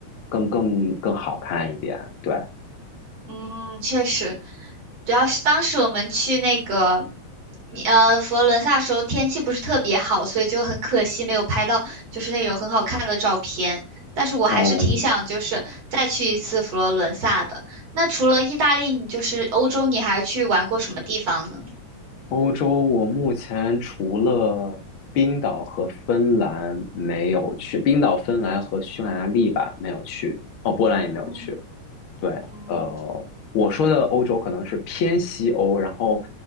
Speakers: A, on the left; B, on the right.
A: 更更更好看一点，对。
B: 嗯，确实，主要是当时我们去那个，你呃，佛罗伦萨时候天气不是特别好，所以就很可惜没有拍到就是那种很好看的照片。但是我还是挺想就是再去一次佛罗伦萨的。
A: 嗯，
B: 那除了意大利，你就是欧洲，你还去玩过什么地方呢？
A: 欧洲，我目前除了冰岛和芬兰没有去，冰岛、芬兰和匈牙利吧没有去，哦，波兰也没有去。
B: 嗯
A: 对，
B: 嗯，
A: 呃，我说的欧洲可能是偏西欧，然后